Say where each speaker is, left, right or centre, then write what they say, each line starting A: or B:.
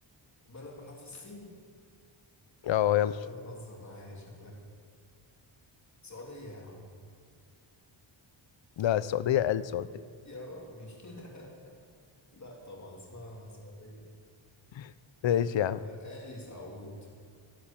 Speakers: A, on the left; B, on the left.
A: بلد بحرف السين
B: اه يلا
A: أنت بتهزر معايا شكلك سعودية يا عم
B: لا السعودية قال السعودية
A: يا راجل <laughs> لا طبعا اسمها سعودية
B: <laughs> ماشي
A: نسبة
B: يا عم
A: لآل سعود